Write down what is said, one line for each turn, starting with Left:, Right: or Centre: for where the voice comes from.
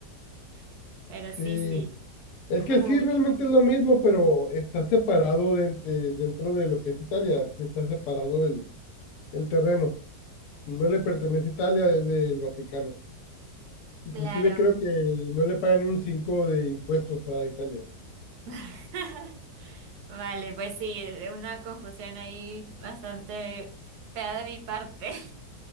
Right: <laughs> Pero sí,
Left: Sí.
Right: sí.
Left: Es que
Right: Uh,
Left: sí, realmente es lo mismo, pero está separado de- de- dentro de lo que es Italia. Sí está separado el, el terreno. No le pertenece a Italia, es del Vaticano. Inclusive
Right: claro.
Left: creo que no le pagan ni un 5 de impuestos a Italia.
Right: <laughs> Vale, pues sí, eh, una confusión ahí bastante fea de mi parte.